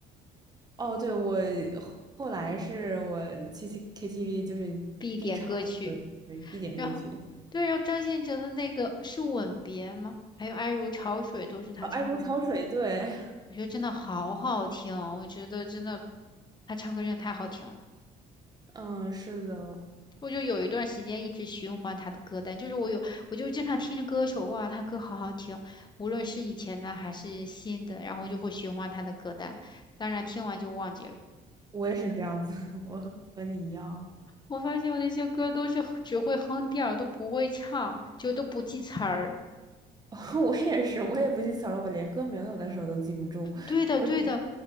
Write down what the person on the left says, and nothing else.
必点歌曲。
然后，对，然后张信哲的那个是《吻别》吗？还有《爱如潮水》都是他唱的吗？
我觉得真的好好听哦我觉得真的他唱歌真的太好听了。
我就有一段时间一直循环他的歌单，就是我有，我就经常听着歌手，哇，他歌好好听，无论是以前的还是新的，然后就会循环他的歌单。当然听完就忘记了。
我发现我那些歌都是只会哼调儿都不会唱，就都不记词儿。
对的，
对的，